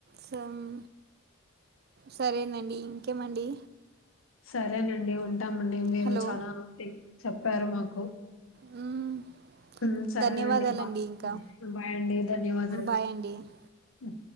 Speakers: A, on the right; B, on the left.
A: సము సరేనండి ఇంకేమండి
B: సరేనండి ఉం ఉంటామండి మీరు
A: హలో
B: చాల చెప్పారు మాకు
A: హ్మ్.
B: ఊ సరేనండి
A: ధన్యవాదాలండి
B: బా
A: ఇంకా
B: బాయ్ అండి ధన్యవాదాలు
A: బాయ్ అండి
B: ఉ